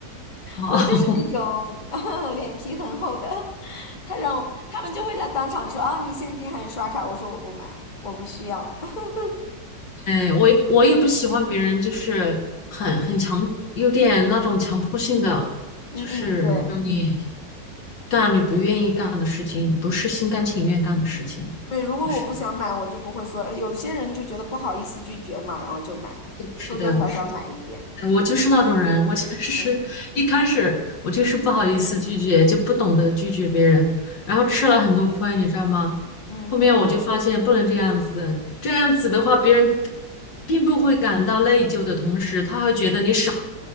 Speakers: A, on the left; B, on the left.
A: 哦，
B: 我就是那种
A: <laughs>
B: <laughs> 脸皮很厚的，他让我，他们就会在当场说，哦，你现金还是刷卡？我说我不买，我不需要。<laughs>
A: 哎，我也我也不喜欢别人就是很很强，有点那种强迫性的，
B: 嗯嗯，
A: 就是让你
B: 对。
A: 干你不愿意干的事情，不是心甘情愿干的事情。
B: 对，如果我不想买，
A: 是
B: 我就不会说。哎有些人就觉得不好意思拒绝嘛，然后就买，
A: 是的，
B: 多多少少买一点。
A: 是的。我就是那种人，我就是
B: 嗯
A: <laughs> 一开始我就是不好意思拒绝，就不懂得拒绝别人，然后吃了很多亏，你知道吗？
B: 嗯
A: 后面我就发现不能这样子，这样子的话，别人并不会感到内疚的同时，他还觉得你傻